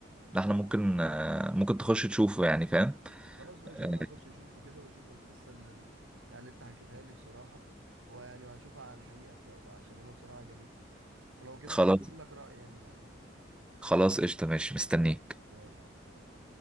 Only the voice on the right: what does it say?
خلاص ماشي
انا هخش اشوفه كده واشوف القصه اللي يعني اللي انت حكيتها لي بصراحه ويعني وهشوفها على الحقيقه ب... ب- عشان انا بصراحه عجبتني ولو كده
فاهم بقول لك رايي يعني بعدين
ماشي يا عم، يلا